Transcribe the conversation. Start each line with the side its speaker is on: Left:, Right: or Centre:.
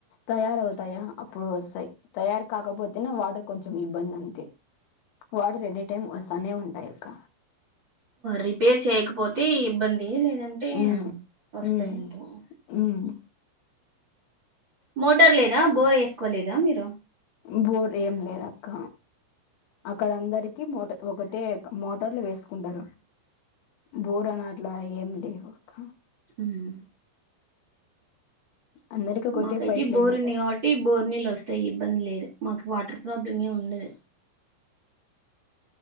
Left: తయారవు తయ అప్పుడు వస్తాయి తయారు కాకపోతేనా వాటర్ కొంచెం ఇబ్బంది అంతే వాటార్ ఎని టైమ్ వస్తానే ఉం టాయి అక్క
Right: రిపేర్ చేయకపోతే ఇబ్బంది లేదంటే
Left: ఉమ్
Right: వస్తాయి
Left: ఉమ్
Right: అంటు
Left: ఉమ్
Right: మోటార్ లేదా బోర్ ఎసుకోలేదా మీరు
Left: బోర్ ఏం లేదక్క అక్కడ అందరికి మోటు ఒకటే మోటార్లు వేసుకుంటరు బోర్ అనాట్లా ఏం లేవు ఒక
Right: ఉహు
Left: అందరికి ఒకటే
Right: మాకైతే
Left: పైప్
Right: బోర్
Left: లైనే
Right: ఉంది కాబట్టి బోర్ నీళ్ళు వస్తాయి ఇబ్బంది లేదు మాకు వాటర్ ప్రాబ్లం ఏం ఉండదు